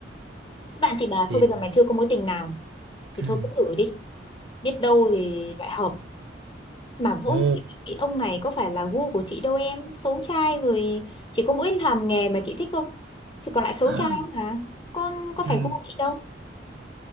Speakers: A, on the left (about 25°); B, on the right (about 75°).
A: Thế bạn chị bảo
B: thì
A: thôi bây giờ mày chưa có mối tình nào
B: ừ.
A: thì thôi cứ thử đi biết đâu thì lại hợp mà vốn
B: ồ
A: dĩ cái ông này có phải là gu của chị đâu em Xấu trai rồi Chỉ có mỗi làm nghề mà chị thích thôi Chứ còn lại xấu
B: <gasps>
A: trai không à Con có phải
B: ừ.
A: gu của chị đâu